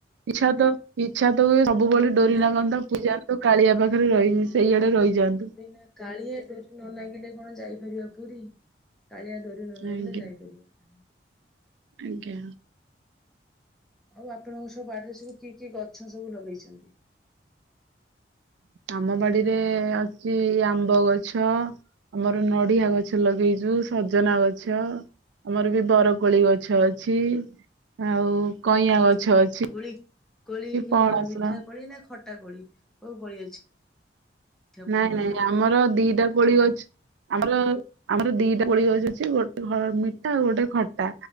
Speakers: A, on the right (about 85°); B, in the centre.
A: ଇଛା <unintelligible> ଇଚ୍ଛା ତ ହୁଏ ସବୁବେଳେ
B: ଆଉ
A: ଡୋରି ନାଗନ୍ତା ପୁରୀ ଯାଆନ୍ତି। କାଳିଆ ପାଖରେ ରହି
B: ହଁ
A: ସେଇଆଡେ ରହିଯାଆନ୍ତୁ।
B: ବିନା କାଳିଆ ଡୋରି ନ ଲାଗିଲେ କଣ ଯାଇପାରିବ ପୁରୀ। କାଳିଆ ଡୋରି ନ ନାଗିଲେ
A: ଆଜ୍ଞା
B: ଯାଇପାରିବ
A: ଆଜ୍ଞା
B: ଆଉ ଆପଣଙ୍କ ସବୁ ବାଡିରେ ସବୁ କି କି ଗଛ ସବୁ ଲଗେଇଛନ୍ତି?
A: ଆମ ବାଡିରେ ଅଛି ଆମ୍ବ ଗଛ ଆମର ନଡିଆ ଗଛ ଲଗେଇଛୁ ସଜନା ଗଛ ଆମର ବି ବରକୋଳି ଗଛ ଅଛି ଆଉ କଇଁଆ
B: କୋଳି
A: ଗଛ
B: ଖା
A: ଅଛି
B: କୋଳି କୋଳି
A: ପଣସ
B: କଣ ମିଠା କୋଳି ନା ଖଟ ଟା କୋଳି କୋଉ କୋଳି ଅଛି? ଆପଣଙ୍କର?
A: ନାଇଁ ନାଇଁ ଆମର ଦିଟା କୋଳି ଅଛି ଆମର ଆମର ଦିଟା କୋଳି ଅଛି ଅଛି ଗୋଟେ ମିଠା ଆଉ ଗୋଟେ ଖଟା